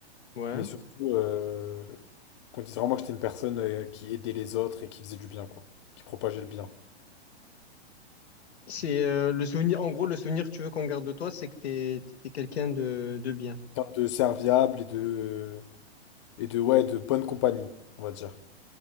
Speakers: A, on the left (about 70°); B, on the left (about 25°).
A: Ouais.
B: Mais surtout, euh, qu'on dise vraiment que j'étais une personne euh, qui aidait les autres et qui faisait du bien, quoi. Qui propageait le bien.
A: C'est euh, le souvenir, en gros, le souvenir que tu veux qu'on garde de toi, c'est que t'es, t'es quelqu'un de, de bien.
B: Quelqu'un de serviable et de... Et de, ouais, de bonne compagnie, on va dire.